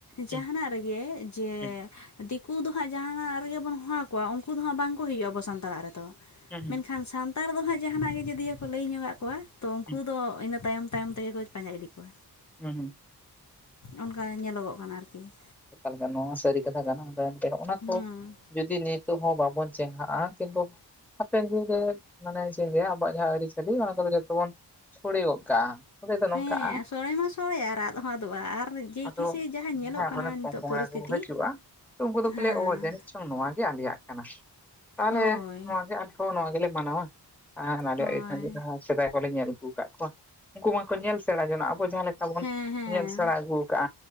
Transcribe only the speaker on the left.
ᱡᱟᱦᱟᱱᱟᱜ ᱨᱮᱜᱮ ᱡᱮ
ᱫᱤᱠᱩ ᱫᱚ ᱦᱟᱸᱜ ᱡᱟᱦᱟᱱᱟᱜ ᱨᱮᱜᱮ ᱵᱚᱱ ᱦᱚᱦᱚᱣᱟ ᱠᱚᱣᱟ ᱩᱱᱠᱩ ᱫᱚ ᱦᱟᱸᱜ ᱵᱟᱝᱠᱚ ᱦᱩᱭᱩᱜᱼᱟ ᱟᱵᱚ ᱥᱟᱱᱛᱟᱲᱟᱜ ᱨᱮᱫᱚ ᱾
ᱠᱷᱟᱱ ᱥᱟᱱᱛᱟᱲ ᱫᱚ ᱦᱟᱸᱜ ᱡᱟᱦᱟᱸ ᱱᱟᱜ ᱜᱮ ᱡᱚᱫᱤᱭᱳ ᱠᱚ ᱞᱟᱹᱭ ᱧᱚᱜᱟᱜ ᱠᱚᱣᱟ ᱛᱚ ᱩᱱᱠᱩ
ᱫᱚ ᱤᱱᱟᱹ ᱛᱟᱭᱚᱢ ᱛᱟᱭᱚᱢ ᱛᱮᱜᱮ ᱠᱚ ᱯᱟᱸᱡᱟ ᱤᱫᱤ ᱠᱚᱣᱟ,
ᱚᱱᱠᱟ ᱧᱮᱞᱚᱜᱚᱜ ᱠᱟᱱᱟ ᱟᱨᱠᱤ ᱾
ᱦᱩᱸ
ᱦᱮᱸ ᱥᱚᱲᱮ ᱢᱟ ᱥᱚᱲᱮ ᱟᱨ ᱟᱫ ᱦᱚᱸ ᱟᱫᱚᱜᱼᱟ ᱟᱨ ᱡᱮᱭ
ᱠᱤᱥᱮ ᱡᱟᱦᱟᱸ
ᱧᱮᱞᱚᱜ
ᱠᱟᱱᱟ ᱱᱤᱛᱚᱜ
ᱯᱚᱨᱤᱥᱛᱷᱤᱛᱤ,
ᱦᱮᱸ
ᱦᱳᱭ
ᱦᱳᱭ
ᱦᱮᱸ ᱦᱮᱸ